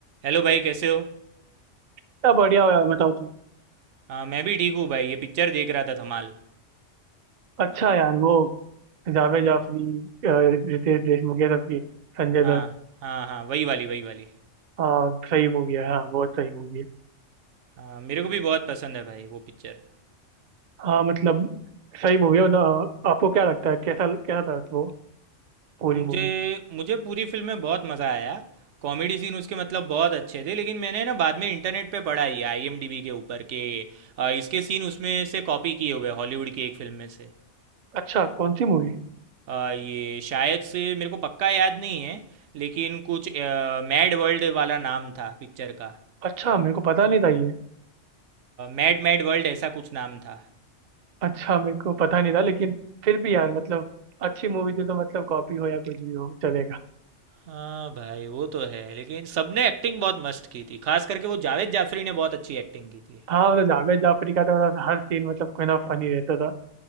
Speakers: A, on the right; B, on the right.
A: Hello भाई कैसे हो
B: क्या बढ़िया हो यार बताओ तुम
A: हाँ मैं भी ठीक हूँ भाई ये पिक्चर देख रहा था धमाल
B: अच्छा यार वो जावेद जाफरी अ, रितेश देशमुख ये सबकी संजय
A: हाँ
B: दत्त
A: हाँ हाँ वही वाली वही वाली
B: हाँ सही मूवी है हाँ बहुत सही मूवी है
A: हाँ मेरे को भी बहुत पसंद है भाई वो पिक्चर
B: हाँ मतलब सही मूवी है मतलब अ, आपको क्या लगता है कैसा कैसा था वो पूरी
A: मुझे
B: मूवी
A: मुझे पूरी फिल्म में बहुत मज़ा आया कॉमेडी सीन उसके मतलब बहुत अच्छे थे लेकिन मैंने ना बाद में इंटरनेट पे पढ़ा ये आईएमडीबी के ऊपर के अ, इसके सीन उसमें से कॉपी किए हुए हैं, हॉलीवुड की एक फिल्म में से
B: अच्छा कौन सी मूवी
A: अ, ये शायद से मेरे को पक्का याद नहीं है लेकिन कुछ मैड वर्ल्ड वाला नाम था पिक्चर का
B: अच्छा मेरे को पता नहीं था ये
A: मैड मैड वर्ल्ड ऐसा कुछ नाम था
B: अच्छा मेरे को पता नहीं था लेकिन फिर भी यार मतलब अच्छी मूवी थी तो मतलब कॉपी हो या कुछ भी हो चलेगा
A: हाँ भाई वो तो है लेकिन सबने एक्टिंग बहुत मस्त की थी खास करके वो जावेद जाफरी ने बहुत अच्छी एक्टिंग की थी
B: हाँ मतलब जावेद जाफरी का तो मतलब हर सीन मतलब कोई ना फनी रहता था